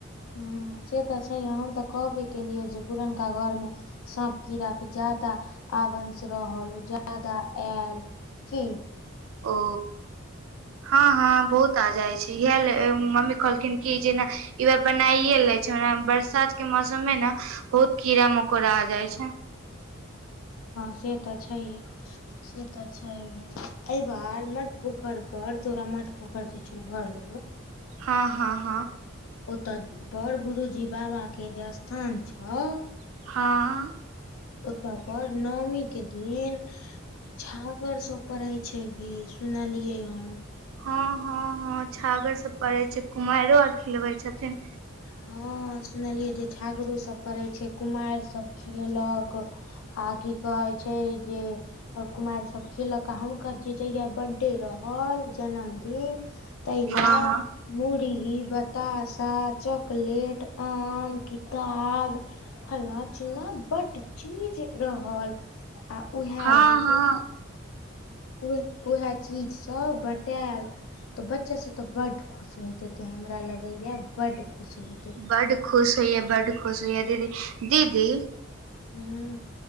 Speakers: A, on the left; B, on the right.
A: ह से त छयहै हम तऽ कहबे केलियै जे पुरनका घरमे साँप कीड़ा के ज्यादा आवंश रहल ओ ज्यादा आयल। की
B: ओ। ह -ह बहुत आ जाइ छी इहे ले मम्मी कहलखिन कि जेना। इ बेर बनाइे ले छै ओना बरसात के मौसम मे न बहुत कीड़ा मकोड़ा आ जाय छै।
A: ह से त छहिय। से तऽ छहिय ए बार मट पोखर पर तोरा मट पोखर। <unintelligible>
B: ह-ह-ह
A: ओतय बड़ गुरूजी बाबाके जे स्थान छओ।
B: ह
A: ओत पर नओमी के दिन छागर सब पड़े छै गै सुनलियै ह
B: ह-ह-ह छागर सब पड़े छै कुमायरों आ खिलबै छथिन।
A: हँ सुनलियै जे छागरोसभ पड़ैत छै कुमारि सभ खेलक आ की कहे छै जे कुमारिसभ खयेलक आ हुनकर जे जहिया बर््थडे रहल जन्मदिन तहिया
B: हँ हँ
A: मुढ़ी बताशा च प्लेट आम किताब फल्ला चिलला बडड चीज रहल आ उह
B: हँ
A: जे
B: हँ
A: ओ उएह चीजसभ बँटायल त बच्चा सब ते बड खुश होयतेते हमरा लगे या बड खुश होे।
B: बड खुश होइया बड खुश होइया दीदी दीदी।
A: हम्म